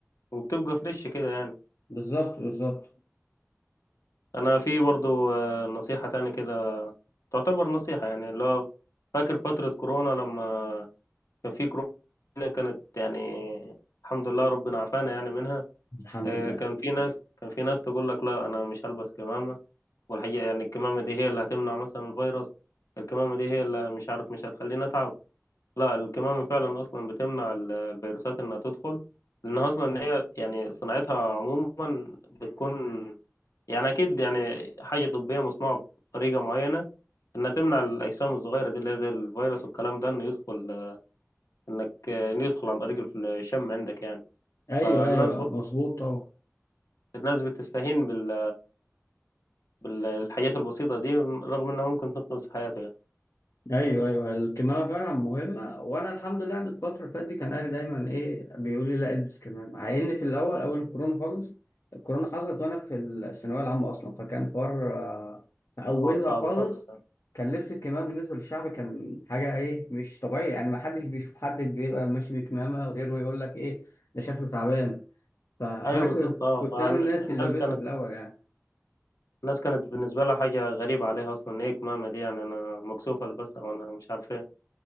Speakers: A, on the left; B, on the left.
A: وبتبقى فريش كده يعني
B: بالظبط بالظبط
A: انا في برضو آه، نصيحة تاني كده تعتبر نصيحة يعني اللي هو فاكر فترة كورونا لما كان في كورونا كانت يعني الحمد لله ربنا عافانا يعني منها
B: الحمد
A: آه،
B: لله
A: كان في ناس كان في ناس تقول لك لا انا مش هلبس كمامة والحقيقة يعني الكمامة دي هي اللي هتمنع مثلا الفيروس الكمامة دي هي اللي مش عارف مش هتخليني اتعب لا الكمامة فعلا اصلا بتمنع ال- الفيروسات انها تدخل لانها اصلا هي يعني صناعتها عموما بتكون يعني اكيد يعني حاجه طبيه مصنوعه بطريقه معينه انها تمنع الاجسام الصغيره دي اللي هي زي الفيروس والكلام ده انه يدخل انك انه يدخل عن طريق الشم عندك يعني
B: ايوه
A: فالناس
B: ايوه
A: برضه
B: مظبوط طبعا
A: الناس بتستهين بال... بالحاجات البسيطه دي رغم انها ممكن تنقذ حياته يعني
B: ايوه ايوه الكمامه فعلا مهمه وانا الحمد لله ان الفتره اللي فاتت دي كان اهلي دايما ايه بيقولوا لي لا البس كمامه مع ان في الاول اول الكورونا خالص الكورونا حصلت وانا في الثانويه العامه اصلا فكان حوار آه، في اولها
A: حوار صعب
B: خالص
A: خالص يعني.
B: كان لبس الكمامه بالنسبه للشعب كان حاجه ايه مش طبيعي يعني ما حدش بيشوف حد بيبقى ماشي بكمامه غير ويقول لك ايه ده شكله تعبان ف- فانا
A: ايوه بالظبط
B: كنت
A: اه
B: كنت
A: فالناس
B: انا من الناس اللي بلبسها
A: كانت
B: في الاول يعني
A: الناس كانت بالنسبه لها حاجه غريبه عليها اصلا ان هي كمامه دي يعني انا مكسوف البسها وانا مش عارف ايه